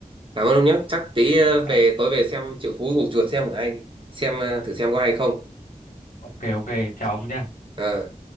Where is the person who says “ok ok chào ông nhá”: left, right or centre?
Left